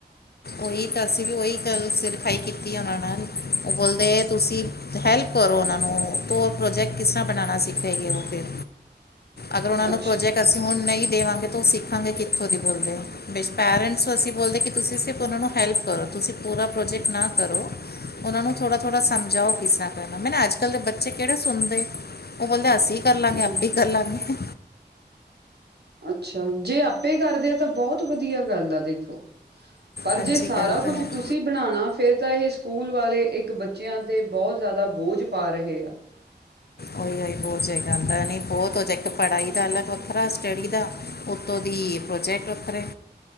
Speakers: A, on the left (about 65°); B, on the right (about 65°).
A: ਓਈ ਤਾਂ, ਅਸੀਂ ਵੀ ਓਈ ਗੱਲ ਸਿਰਖਾਈ ਕੀਤੀ ਆ ਓਨਾਂ ਨਾਲ। ਓ ਬੋਲਦੇ ਤੁਸੀਂ ਹੈਲਪ ਕਰੋ ਓਨਾ ਨੂੰ, ਤੋ ਓ ਪ੍ਰੋਜੈਕਟ ਕਿਸ-ਰ੍ਹਾਂ ਬਣਾਣਾ ਸਿੱਖੇਗੀ ਓ ਫਿਰ।
B: <inaudible>
A: ਅਗਰ, ਓਨਾ
B: ਅੱਛਾ
A: ਨੂੰ ਪ੍ਰੋਜੈਕ ਅਸੀਂ ਹੁਣ ਨਹੀਂ ਦੇਵਾਂਗੇ, ਤਾਂ ਓ ਸਿੱਖ ਹਾਂਜੀ, ਕਿੱਥੋਂ ਦੀ ਬੋਲਦੇ ਓ? ਪੈਰੈਂਟਸ ਅਸੀਂ ਬੋਲਦੇ ਕੇ ਤੁਸੀਂ ਸਿ ਓਨਾ ਨੂੰ ਹੈਲਪ ਕਰੋ, ਤੁਸੀਂ ਪੂਰਾ ਪ੍ਰੋਜੈਕਟ ਨਾ ਕਰੋ। ਓਨਾ ਨੂੰ ਥੋੜਾ-ਥੋੜ੍ਹਾ ਸਮਝਾਓ, ਕਿਸ-ਰਾ ਕਰਨਾ, ਅੱਜ- ਕੱਲ੍ਹ ਦੇ ਬੱਚੇ ਕਿਹੜੇ ਸੁਣਦੇ। ਓ ਬੋਲਦੇ ਅਸੀਂ ਕਰ ਲਾਗੇ,
B: ਹਮ
A: ਆਪ ਈ ਕਰ ਲਾਂਗੇ।
B: ਅੱਛਾ, ਜੇ ਆਪੇ ਕਰਦੇ ਆ ਤਾਂ ਬੋਹਤ ਵਧੀਆ ਗੱਲ ਆ ਦੇਖੋ। ਪਰ,
A: ਹਾਂਜੀ
B: ਜੇ ਸਾਰਾ
A: ਗੱਲ
B: ਕੁੱਝ
A: ਤਾਂ ਹੈ
B: ਤੁਸੀਂ ਤੁਸੀਂ ਬਣਾਣਾ, ਫੇਰ ਤਾਂ ਏਹ ਸਕੂਲ ਵਾਲੇ ਇੱਕ ਬੱਚਿਆਂ ਤੇ ਬੋਹਤ ਜਾਆਦਾ ਬੋਝ ਪਾ ਰਹੇ ਆ।
A: ਓਈ- ਓਈ, ਬੋਜ ਹੈਗਾ ਇੱਕ ਪੜ੍ਹਾਈ ਦਾ ਅਲੱਗ ਵੱਖਰਾ, ਸਟੱਡੀ ਦਾ ਉੱਤੋਂ ਦੀ ਪ੍ਰੋਜੈਕਟ ਵੱਖਰੇ।